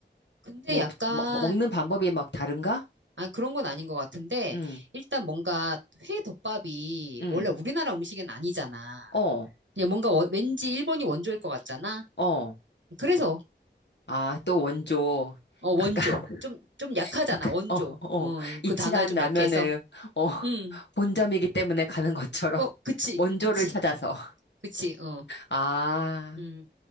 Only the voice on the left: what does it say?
뭐,
뭐- 뭐 먹는 방법이 막 다른가?
응,
응.
어.
어.
아, 또 원조.
아까, <laughs>
아까,
어,
어, 이치란
라면을,
어,
본점이기 때문에 가는 것처럼
<laughs> 원조를
찾아서.
아.